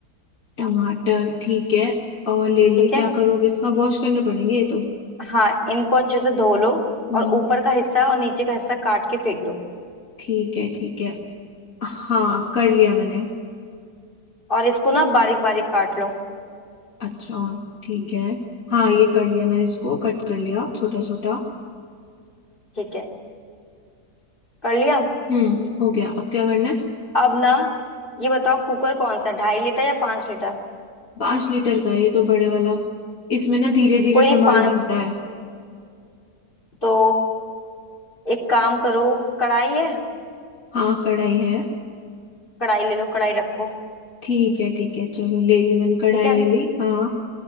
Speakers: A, on the left; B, on the left.
A: टमाटर ठीक है और ले लिए
B: ठीक
A: क्या
B: है
A: करूँ अब इसका वॉश करने पड़ेंगे ये तो
B: हाँ इनको अच्छे से धो लो
A: हम्म
B: और ऊपर का हिस्सा और नीचे का हिस्सा काट के फेंक दो
A: ठीक है ठीक है हाँ कर लिया मैंने
B: और इसको ना बारीक बारीक काट लो
A: अच्छा ठीक है हाँ ये कर लिया मैंने इसको कट कर लिया छोटा छोटा
B: ठीक है कर लिया
A: हम्म हो गया अब क्या करना है
B: अब ना ये बताओ कुकर कौन सा ढाई लीटर या पांच लीटर
A: पांच लीटर का है ये तो बड़े वाला इसमें ना धीरे धीरे
B: कोई
A: सामान
B: नहीं पांच
A: बनता है
B: तो एक काम करो कढ़ाई है
A: हाँ कढ़ाई है
B: कढ़ाई ले लो कढ़ाई रखो
A: ठीक है ठीक है चलो ले ली मैंने कढ़ाई
B: ठीक है
A: ले ली हाँ